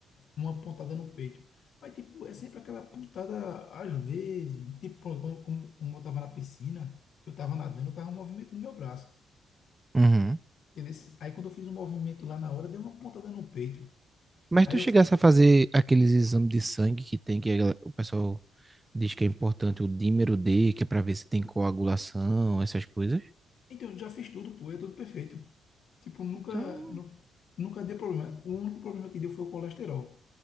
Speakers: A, on the left; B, on the right.
A: uma pontada no peito. Mas, tipo, é sempre aquela pontada, às vezes. Tipo, pronto, quando- como, como eu tava na piscina, eu tava nadando, eu tava movimentando meu braço.
B: Uhum.
A: Entendeu? Aí, quando eu fiz um movimento lá na hora, deu uma pontada no peito.
B: Mas
A: Aí
B: tu chegasse
A: eu fiquei,
B: a fazer aqueles exames de sangue que tem, que a gal- o pessoal diz que é importante, o dímero D, que é para ver se tem coagulação, essas coisas.
A: então, eu já fiz tudo, pô, é tudo perfeito. Tipo, nunca,
B: Então,
A: nu, nunca deu problema. O único problema que deu foi o colesterol.